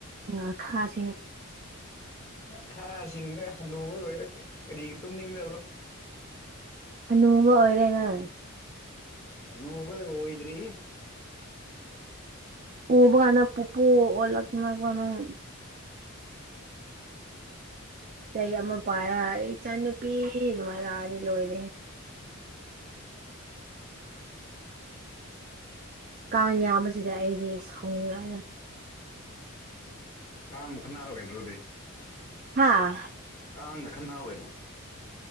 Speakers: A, on the right; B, on the left.
A: ꯉꯥꯈꯥꯁꯤ
B: ꯉꯥꯈꯥꯁꯤꯡꯒ ꯍꯥꯅꯨꯕ ꯑꯣꯏꯔ ꯀꯔꯤꯒꯤ ꯇꯨꯝꯅꯤꯡꯗꯕ꯭ꯔꯣ
A: ꯍꯥꯅꯨꯕ ꯑꯣꯏꯔꯦ ꯅꯪ
B: ꯍꯥꯅꯨꯕ ꯑꯣꯏꯗ꯭ꯔꯤꯌꯦ
A: ꯎꯕ ꯀꯥꯟꯗ ꯄꯨꯄꯨ ꯑꯣꯜꯂꯛꯇꯅꯀꯣ ꯅꯪ ꯆꯩ ꯑꯃ ꯄꯥꯏꯔ ꯏꯆꯟꯅꯨꯄꯤ ꯑꯗꯨꯃꯥꯏ ꯂꯥꯛꯑꯗꯤ ꯂꯣꯏꯔꯦꯍꯦ ꯀꯥꯡ ꯌꯥꯝꯕꯁꯤꯗ ꯑꯩꯗꯤ ꯁꯥꯎꯅꯤꯡꯉꯥꯏꯔ
B: ꯀꯥꯡꯕꯨ ꯈꯠꯅꯔꯣ ꯀꯩꯅꯣ ꯑꯗꯨꯗꯤ
A: ꯍꯥꯥ
B: ꯀꯥꯡꯒ ꯈꯟꯅꯥꯎ ꯀꯩꯅꯣ